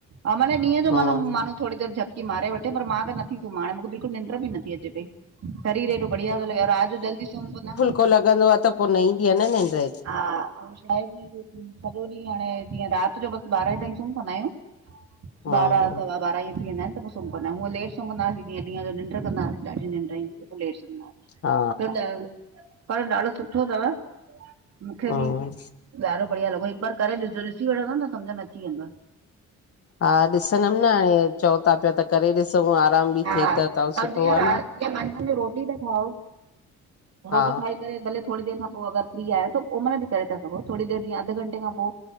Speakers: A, on the right; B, on the left.
A: हा माना ॾींहं जो
B: हम्म
A: माना माण् थोरी देर झपकी मारे वठे, पर मां नथी सुमंहा मूंखे बिल्कुल निंड बि नी अचे पई शरीर, एॾो बढ़िया थो, लगे रात जो जल्दी समपोई न,
B: पो लॻंदो आ त पो न ईंदी आ न निंड्र
A: हा छा आहे सॼो ॾींहुं हाणे जीअं राति जो बस ॿारहें ताईं सुम पवंदा आहियूं।
B: हम्म
A: ॿारह सवा ॿारह इअं थी वेंदा आहिन त पो सुम पवंदा आयूं हुञा लेट सुम्हंदासीं जीअ ॾींं जो निंड कंदासीं निंड्र पो लेट सुम्हंदासीं
B: हा
A: <unintelligible> पर ॾाढो सुठो थव। मुखे
B: हम्म
A: बि ॾाधो बढ़िया लॻो हिक बार करे ॾिस जो ॾिसी वठंदो न समझ में अचीवेंदव।
B: हा ॾिसंदम न चओ था त करे चंगो आराम बि
A: हा
B: थे त, त
A: ऐं
B: सुठो
A: जीअं राति
B: आ न
A: जीअं मंझंदि जो रोटी था खाओ रोटी
B: हा
A: खाई करे भले थोॾी देर खां पो अगर फ्री आयो त ओ मल बि करे था सघो थोड़ी देर जीअं अध घंटे खां पो